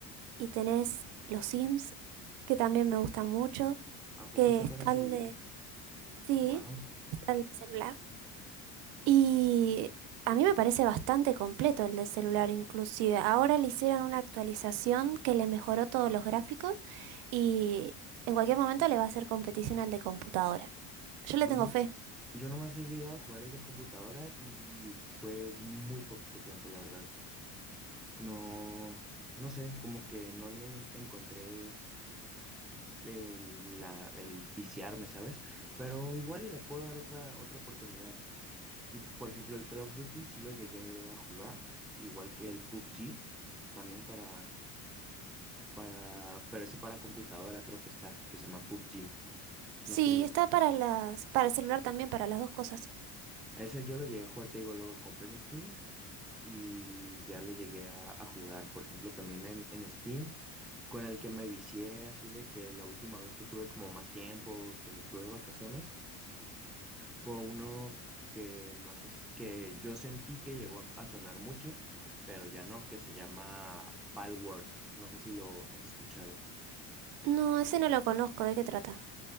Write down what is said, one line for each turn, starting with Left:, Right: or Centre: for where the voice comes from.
Right: y tenés los Sims, que también me gusta mucho,
Centre: ¿A poco
Right: que
Centre: está
Right: está
Centre: para
Right: el
Centre: celular?
Right: de... Sí,
Centre: Wow,
Right: está el de celular. Y a mí me parece bastante completo el del celular inclusive. Ahora le hicieron una actualización que le mejoró todos los gráficos y en cualquier momento le va a hacer competición al de computadora. Yo le
Centre: yo
Right: tengo
Centre: no,
Right: fe.
Centre: yo nomás he llegado a jugar el de computadora y fue muy poquito tiempo, la verdad. No, no sé, como que no le encontré el, la- el viciarme, ¿sabes? Pero igual y le puedo dar otra, otra oportunidad. Y por ejemplo, el Call of Duty sí lo llegué a jugar, igual que el PUBG, también para, para, pero ese para computadora creo que está, que se llama PUBG.
Right: Sí,
Centre: No estoy muy...
Right: está para las, para el celular también, para las dos cosas.
Centre: A ese yo lo llegué a jugar, te digo, lo compré en Steam y ya lo llegué a, a jugar, por ejemplo, también en, en Steam, con el que me vicié así de que la última vez que tuve como más tiempo, que tuve vacaciones. Fue uno que no sé, si- que yo sentí que llegó a, a sonar mucho, pero ya no, que se llama Palworld. No sé si lo has escuchado.
Right: No, ese no lo conozco, ¿de qué trata?